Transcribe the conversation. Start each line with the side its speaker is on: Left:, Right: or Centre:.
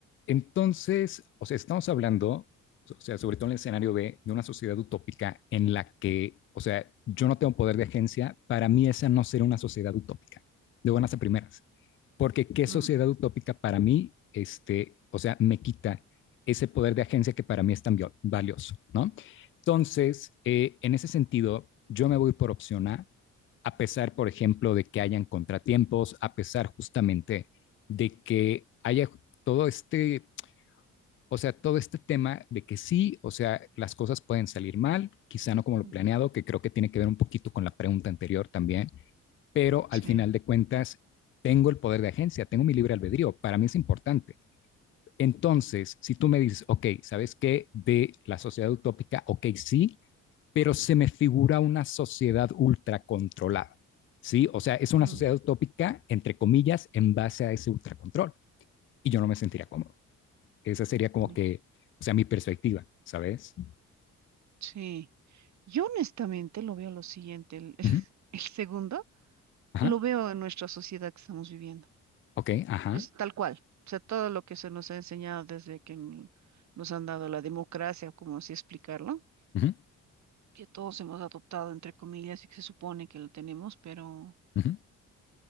Left: entonces, o sea, estamos hablando, o sea, sobre todo en el escenario de, de una sociedad utópica en la que, o sea, yo no tengo poder de agencia, para mí esa no será una sociedad utópica, de buenas a primeras, porque qué
Right: Mm,
Left: sociedad utópica para mí, este, o sea, me quita ese poder de agencia que para mí es tan vio- valioso, ¿no? Entonces, eh, en ese sentido, yo me voy por opción A, a pesar, por ejemplo, de que hayan contratiempos, a pesar justamente de que haya todo este, o sea, todo este tema de que sí, o sea, las cosas pueden salir mal, quizá no como lo
Right: mm,
Left: planeado, que creo que tiene que ver un poquito con la pregunta anterior también, pero al
Right: sí,
Left: final de cuentas, tengo el poder de agencia, tengo mi libre albedrío, para mí es importante. Entonces, si tú me dices, ok, ¿sabes qué? De la sociedad utópica, ok, sí, pero se me figura una sociedad ultracontrolada. ¿sí? O sea, es una
Right: mm,
Left: sociedad utópica, entre comillas, en base a ese ultracontrol. Y yo no me sentiría cómodo. Esa sería como
Right: mm,
Left: que, o sea, mi perspectiva, ¿sabes?
Right: sí. Yo honestamente lo veo lo siguiente, el, <laughs>
Left: Ujú,
Right: el segundo.
Left: Ajá,
Right: Lo veo en nuestra sociedad que estamos viviendo.
Left: ok, ajá,
Right: Es tal cual. O sea, todo lo que se nos ha enseñado desde que n- nos han dado la democracia, como así explicarlo,
Left: ujú,
Right: que todos hemos adoptado, entre comillas, y que se supone que lo tenemos, pero
Left: ujú,